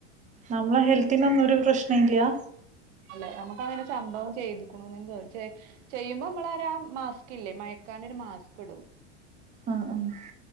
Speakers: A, on the right; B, on the right.
A: നമ്മളെ ഹെൽത്തിനൊന്നും ഒരു പ്രശ്നം ഇല്ല
B: അല്ലെ നമുക്ക് അങ്ങനെ സംഭവം ചെയ്തുക്കണന്നന്ന് ചോദിച്ച ചെയ്യുമ്പോ നമ്മളൊരാ മാസ്ക് ഇല്ലേ മയക്കൻരു മാസ്ക് ഇടും
A: ആഹ് ആഹ്